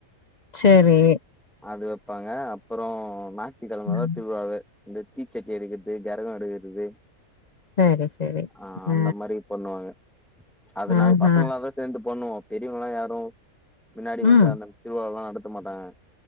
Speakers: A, on the left; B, in the centre.
A: சேரி
B: அது வெப்பாங்க அப்பறோ ஞாத்திக்கெழமதாத்
A: ம்.
B: திருவிழாவே இந்த தீச்சட்டி எடுகத்து கெரகோ எடுகறது
A: சரி, சரி.
B: ஆ
A: அ.
B: அந்த மாரிப் பண்ணுவாங்க அது
A: ஆஹா.
B: நாங்க பசங்களாதா சேந்து பண்ணுவோ பெரியவங்கலா யாரு மின்னாடி
A: ம்.
B: வந்து அந்தம் திருவுலாலா நடத்த மாட்டாங்க